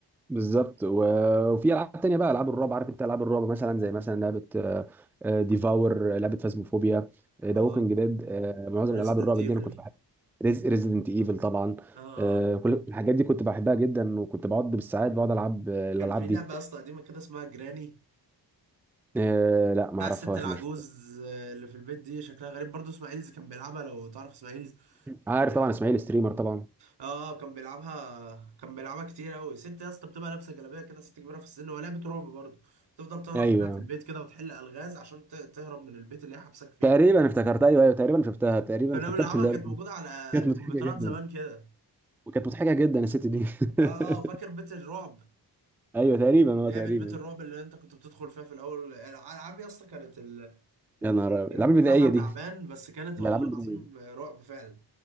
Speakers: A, in the centre; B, on the right (about 80°).
A: بالظبط و- وفي ألعاب تانية بقى ألعاب الرعب عارف أنت ألعاب الرعب مثلا زي مثلا لعبة ديفاور لعبة فازموفوبيا ذا
B: اه
A: ووكينج ديد معظم
B: ريزيدنت
A: الألعاب الرعب
B: ايفل
A: دي أنا كنت بحب ريزيدنت ايفل طبعا
B: اه اه
A: آه، كل الحاجات دي كنت بحبها جدا وكنت بقعد بالساعات بقعد العب آه، الالعاب
B: كان في لعبة
A: دي
B: يا اسطى قديمة كده اسمها جراني
A: آه، لا ما
B: بتاع
A: اعرفهاش
B: الست العجوز
A: مش
B: آه، اللي في البيت دي شكلها غريب برضه اسماعيلز كان بيلعبها لو تعرف اسماعيلز كان
A: عارف
B: بيلعب
A: طبعا اسماعيل ستريمر طبعا
B: اه كان بيلعبها كان بيلعبها كتير قوي ست يا اسطى بتبقى لابسة جلابية كده ست كبيرة في السن وهي لعبة رعب برضه تفضل تهرب
A: ايوه
B: منها في البيت كده وتحل ألغاز عشان ت- تهرب من البيت اللي هي حبسك فيه
A: تقريبا افتكرت ايوه ايوه تقريبا شفتها تقريبا
B: كنا
A: افتكرت
B: بنلعبها
A: اللعبه
B: كانت
A: دي
B: موجودة على
A: كانت
B: الكمبيوترات
A: مضحكه جدا
B: زمان كده
A: وكانت مضحكه جدا الست دي
B: اه
A: <laughs>
B: اه فاكر بيت الرعب
A: ايوه تقريبا اه
B: لعبة
A: تقريبا
B: بيت الرعب اللي انت كنت بتدخل فيها في الاول الالعاب يا اسطى كانت ال...
A: يا
B: ال-
A: نهار
B: الجرافيك
A: أبيض. الالعاب
B: بتاعها
A: البدائيه
B: تعبان
A: دي
B: بس كانت
A: الالعاب
B: والله
A: البدائيه
B: العظيم رعب فعلا